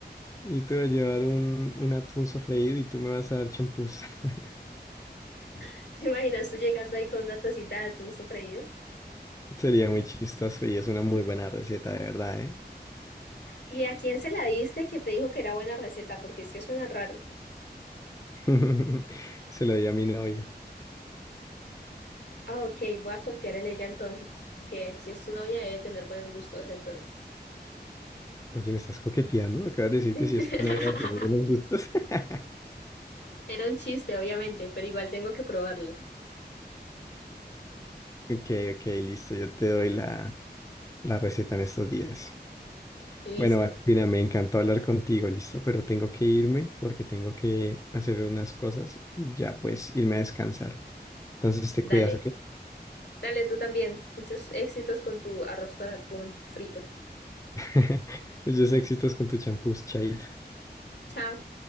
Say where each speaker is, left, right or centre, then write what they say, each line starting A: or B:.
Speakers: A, on the left; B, on the left.
A: Yo te voy a llevar un, un atún sofreído y tú me vas a dar champús. <laughs>
B: <laughs> ¿Te imaginas tú llegando ahí con una tacita de atún sofreído?
A: Sería muy chistoso y es una muy buena receta, de verdad, ¿eh?
B: ¿Y a quién se la diste que te dijo que era buena receta? Porque es que suena raro.
A: <laughs> Se lo di a mi novia.
B: Ah, ok, voy a confiar en ella entonces, porque si es tu novia debe tener buenos gustos entonces.
A: Oye, ¿me estás coqueteando? Acabas de decir
B: <laughs>
A: que si esto no era de tener unos gustos. <laughs>
B: Era un chiste, obviamente, pero igual tengo que probarlo.
A: Ok, ok, listo. Yo te doy la, la receta en estos días.
B: Y listo.
A: Bueno, Valentina, me encantó hablar contigo, listo, pero tengo que irme porque tengo que hacer unas cosas y ya pues irme a descansar. Entonces
B: Dale,
A: te cuidas, ¿ok?
B: dale tú también. Muchos éxitos con tu arroz con atún frito.
A: <laughs> Muchos éxitos con tu champús, chaito.
B: Chao.